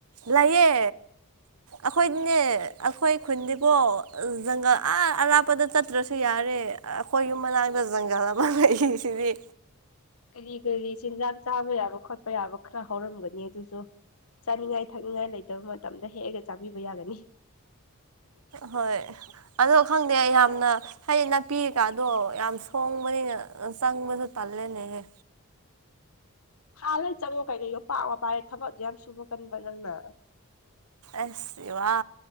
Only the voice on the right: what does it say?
ꯂꯩꯥꯌꯦ ꯑꯈꯣꯏꯅꯦ꯫ ꯑꯈꯣꯏ ꯈꯨꯟꯗꯤꯀꯣ ꯖꯪꯒꯜ ꯑꯥ ꯑꯔꯥꯞꯄꯗ ꯆꯠꯇ꯭ꯔꯁꯨ ꯌꯥꯔꯦ ꯑꯩꯈꯣꯏ ꯌꯨꯝ ꯃꯅꯥꯛ ꯃꯖꯪꯒꯂ ꯑꯃ ꯂꯩꯁꯤꯗꯤ꯫
ꯍꯣꯏ ꯑꯗꯣ ꯈꯪꯗꯦ ꯌꯥꯝꯅ ꯍꯌꯦ ꯅꯥꯄꯤ ꯀꯥꯗꯣ ꯌꯥꯝ ꯁꯣꯡꯕꯅꯤꯅ ꯆꯪꯕꯁꯨ ꯇꯜꯂꯦꯅꯦ꯫ ꯍ
ꯑꯁ ꯋꯥ